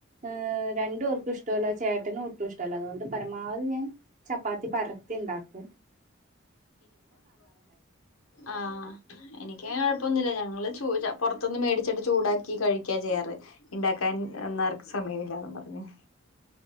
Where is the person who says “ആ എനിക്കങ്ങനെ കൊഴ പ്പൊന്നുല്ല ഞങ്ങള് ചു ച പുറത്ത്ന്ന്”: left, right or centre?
Left